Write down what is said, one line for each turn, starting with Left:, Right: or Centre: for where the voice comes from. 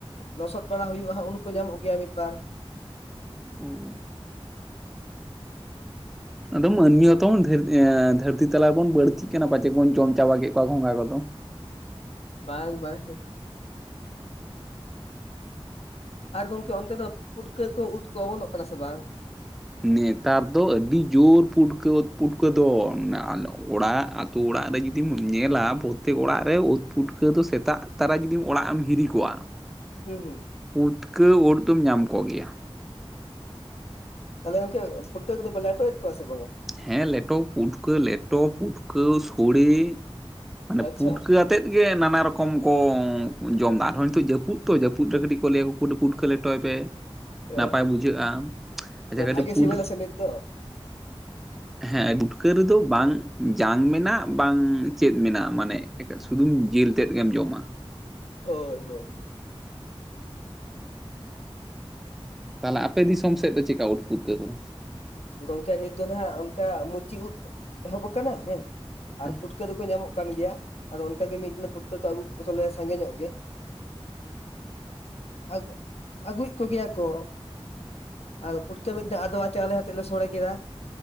Left: ᱞᱚᱥᱚᱫ ᱵᱟᱲᱟ ᱦᱩᱭᱩᱜᱼᱟ ᱦᱟᱜ ᱩᱱᱠᱩ ᱧᱟᱢᱚᱜ ᱜᱮᱭᱟ ᱢᱤᱫᱵᱟᱨ
Centre: ᱚ ᱟᱫᱚᱚᱢ ᱢᱟᱹᱱᱢᱤ ᱦᱚᱛᱚ ᱫᱷᱟᱹᱨᱛᱤ ᱛᱟᱞᱟ ᱨᱮᱵᱚᱱ ᱵᱟᱹᱲᱛᱤᱜ ᱠᱟᱱᱟ ᱯᱟᱪᱮᱫ ᱵᱚᱱ ᱡᱚᱢ ᱪᱟᱵᱟ ᱠᱮᱫ ᱠᱚᱣᱟ ᱵᱚᱱ ᱜᱚᱸᱝᱦᱟ ᱠᱚᱫᱚ
Left: ᱵᱟᱝ ᱵᱟᱝ ᱟᱨ ᱜᱚᱝᱠᱮ ᱚᱱᱛᱮ ᱫᱚ ᱯᱩᱴᱠᱟᱹ ᱠᱚ ᱩᱫ ᱠᱚ ᱚᱢᱚᱱᱚᱜ ᱠᱟᱱᱟ ᱥᱮ ᱵᱟᱝ
Centre: ᱱᱮᱛᱟᱨ ᱫᱚ ᱟᱹᱰᱤ ᱡᱳᱨ ᱯᱩᱴᱠᱟᱹ ᱯᱩᱴᱠᱟᱹ ᱫᱚ ᱟᱞᱮ ᱚᱲᱟᱜ ᱛᱳ ᱚᱲᱟᱜ ᱨᱮ ᱡᱩᱫᱤᱢ ᱧᱮᱞᱟ ᱯᱨᱚᱛᱛᱮᱠ ᱚᱲᱟᱜ ᱨᱮ ᱩᱫ ᱯᱩᱴᱠᱟᱹ ᱫᱚ ᱥᱮᱛᱟᱜ ᱛᱟᱨᱟ ᱡᱩᱫᱤᱢ ᱚᱲᱟᱜ ᱮᱢ ᱦᱤᱨᱤ ᱠᱚᱣᱟ
Left: ᱦᱩᱸ ᱦᱩᱸ
Centre: ᱯᱩᱴᱠᱟᱹ ᱳᱛᱽ ᱫᱚᱢ ᱧᱟᱢ ᱠᱚᱜᱮᱭᱟ
Left: ᱛᱟᱦᱮᱞᱮ ᱜᱚᱢᱠᱮ ᱯᱩᱴᱠᱟᱹ ᱠᱚᱫᱚ ᱯᱮ ᱞᱮᱴᱚ ᱮᱫ ᱠᱚᱣᱟ ᱥᱮ ᱵᱟᱝ ᱟ
Centre: ᱦᱮᱸ ᱞᱮᱴᱚ ᱯᱩᱴᱠᱟᱹ ᱞᱮᱴᱚ ᱯᱩᱴᱠᱟᱹ ᱥᱚᱲᱮ ᱢᱟᱱᱮ
Left: ᱟᱪᱪᱷᱟ
Centre: ᱯᱩᱴᱠᱟᱹ ᱛᱮᱫ ᱜᱮ ᱱᱟᱱᱟ ᱨᱚᱠᱚᱢ ᱠᱚ ᱡᱚᱢᱫᱟ ᱟᱨᱦᱚᱸ ᱱᱤᱛᱚᱜ ᱡᱟᱹᱯᱩᱫ ᱛᱚ ᱡᱟᱹᱯᱩᱫ ᱨᱮ ᱠᱟᱹᱴᱤᱡ ᱠᱚ ᱞᱟᱹᱭᱟᱠᱚ ᱯᱩᱰ ᱯᱩᱴᱠᱟᱹ ᱞᱮᱴᱚᱭ ᱯᱮ
Left: ᱮ,
Centre: ᱱᱟᱯᱟᱭ ᱵᱩᱡᱷᱟᱹᱜᱼᱟ ᱟᱪᱪᱷᱟ ᱠᱟᱹᱴᱤᱡ
Left: ᱵᱷᱟᱜᱮ
Centre: ᱯᱩᱰ
Left: ᱥᱤᱵᱤᱞᱟᱥᱮ ᱱᱤᱛ ᱫᱚ
Centre: ᱦᱮᱸ ᱯᱩᱴᱠᱟᱹ ᱨᱮᱫᱚ ᱵᱟᱝ ᱡᱟᱝ ᱢᱮᱱᱟᱜ ᱵᱟᱝ ᱪᱮᱫ ᱢᱮᱱᱟᱜᱼᱟ ᱢᱟᱱᱮ ᱥᱩᱫᱷᱩᱢ ᱡᱮᱞ ᱛᱮᱫ ᱜᱮᱢ ᱡᱚᱢᱟ
Left: ᱦᱳᱭ ᱦᱳᱭ ᱦᱳᱭ
Centre: ᱛᱟᱦᱚᱞᱮ ᱟᱯᱮ ᱫᱤᱥᱚᱢ ᱥᱮᱫ ᱫᱚ ᱪᱮᱠᱟ ᱳᱴ ᱯᱩᱛᱠᱟᱹ ᱠᱚᱫᱚ
Left: ᱜᱚᱢᱠᱮ ᱱᱤᱛ ᱫᱚ ᱱᱟᱦᱜ ᱚᱱᱠᱟ ᱢᱩᱪᱤ ᱳᱴ ᱮᱦᱚᱵ ᱟᱠᱟᱱᱟ ᱦᱮᱸ ᱟᱨ
Centre: ᱦᱮᱸ
Left: ᱯᱩᱴ ᱯᱩᱴᱠᱟᱹ ᱫᱚᱠᱚ ᱧᱟᱢᱚᱜ ᱠᱟᱱ ᱜᱮᱭᱟ ᱟᱫᱚ ᱚᱱᱠᱟ ᱜᱮ ᱢᱤᱫ ᱫᱤᱱ ᱯᱩᱴᱠᱟᱹ ᱠᱚ ᱟᱹᱜᱩ ᱠᱮᱫ ᱠᱚ ᱛᱟᱞᱮᱭᱟ ᱥᱟᱸᱜᱮ ᱧᱚᱜ ᱜᱮ ᱟᱨ ᱟᱹᱜᱩᱭᱮᱫ ᱠᱚᱜᱮᱭᱟ ᱠᱚ ᱟᱫᱚ ᱯᱩᱴᱠᱟᱹ ᱢᱤᱫ ᱟᱫᱚᱶᱟ ᱪᱟᱣᱞᱮ ᱛᱮᱞᱮ ᱥᱳᱲᱮ ᱠᱮᱫᱟ